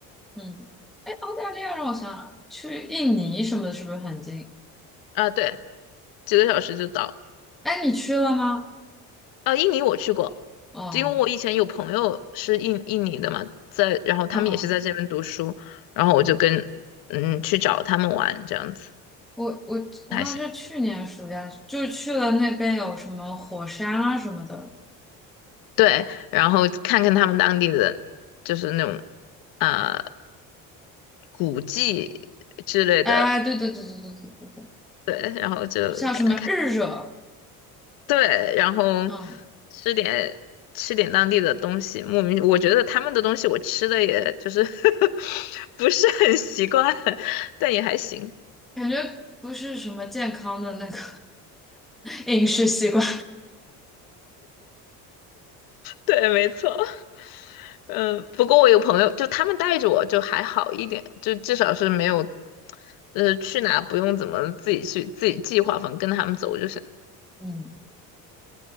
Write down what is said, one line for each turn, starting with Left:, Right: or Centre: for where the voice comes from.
Centre: 嗯，哎，澳大利亚让我想想，去印尼什么的，是不是很近？
Left: 啊，对，几个小时就到
Centre: 哎，你去了吗？
Left: 啊，印尼我去过，
Centre: 哦，
Left: 因为我以前有朋友是印印尼的嘛，在，然后他们也是在这边读书，
Centre: 哦哦，
Left: 然后我就跟嗯去找他们玩这样子，
Centre: 我我我好像是去年暑假去就去了那边有什么火山啊什么的。
Left: 还行。对，然后看看他们当地的就是那种啊、呃古迹之类的，
Centre: 哎，对对对对对对对对，
Left: 对，然后就感看。
Centre: 像什么日惹，
Left: 对，然后
Centre: 嗯，
Left: 吃点吃点当地的东西，莫名我觉得他们的东西我吃的也就是 <laughs> 不是很习惯，但也还行。
Centre: 感觉不是什么健康的那个 <laughs> 饮食习惯。
Left: 对，没错。嗯，不过我有朋友，就他们带着我就还好一点，就至少是没有，呃，去哪不用怎么自己去自己计划，反正跟着他们走就行。
Centre: 嗯，